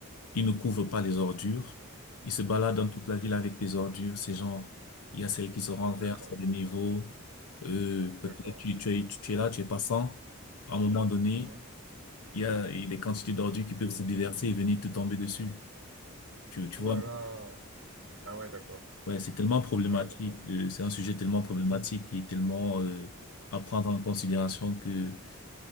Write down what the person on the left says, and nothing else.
ils ne couvrent pas les ordures. Ils se baladent dans toute la ville avec des ordures. C'est genre, il y a celles qui se renversent
à des niveaux. Euh,
peut-être tu, tu es, tu es là, tu es passant à un moment donné,
Il y a, il y a des quantités d'ordures qui peuvent se déverser et venir te tomber dessus. Tu, tu
vois,
ouais, c'est tellement problématique.
euh, c'est un sujet tellement
problématique et tellement euh,
à prendre en considération que